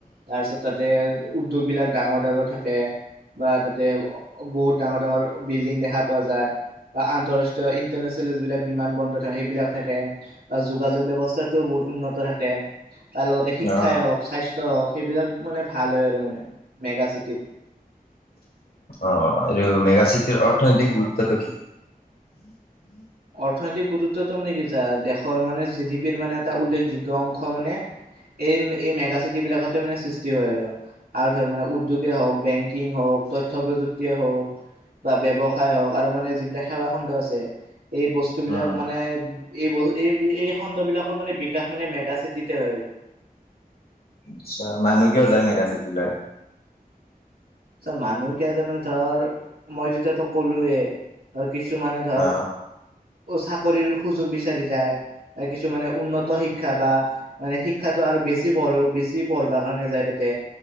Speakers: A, on the right; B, on the left.
A: তাৰ পিছত তাতে উদ্যোগ বিলাক ডাঙৰ ডাঙৰ থাক। বা তাতে বহুত ডাঙৰ ডাঙৰ বিল্ডিং দেখা পোৱা যায়। বা আন্তঃৰাষ্ট্ৰীয় ইন্টাৰনেশ্যনেল বিলাক। বিমান বন্দৰ থাকে সেইবিলাক থাকে আৰু যোগাযোগ ব্যৱস্থাত কোনো বহুত উন্নত থাকে। তাৰ লগতে শিক্ষাই
B: অ অ
A: হওক স্বাস্থ্যই হওক সেইবিলাক মানে ভাল হয় আৰু মানে মেগা চিটিত।
B: অ এইটো মেগাচিটিৰ অৰ্থনৈতিক গুৰুত্বটো কি।
A: অৰ্থনৈতিক গুৰুত্বটো মানে কি দেশৰ মানে জি ডি পিৰ মানে এটা উল্লেখযোগ্য। অংশ মানে। এই এই মেগাচিটি বিলাকতে মানে সৃষ্টি হয় ৰ আৰু ধৰ মানে উদ্যোগে হওক বেংকিং হওক। তথ্য প্ৰযুক্তিয় হওক বা ব্ৱসায় হওক আৰু মানে যিবিলাক সেৱা খণ্ড আছে। এই বস্তুবিলাক
B: উম
A: মানে। এই বহ এই এই খণ্ড বিলাকৰ মানে বিকাশ মানে মেগা চিটিতে হৈ আৰু
B: আচ্ছা মানুহ কিয় যায় মেগা চিটি লৈ
A: ত মানুহ কিয় যে মানে ধৰ মই যেতিয়াতো কলোয়ে ধৰ কিছুমানে ধৰ
B: অ
A: চাকৰিৰ সুযোগ বিচাৰিছে যায় কিছু মানে উন্নত শিক্ষা বা মানে শিক্ষাটো আৰু বেছি পঢ়ো বেছি পঢ়া কাৰণে যায় তাতে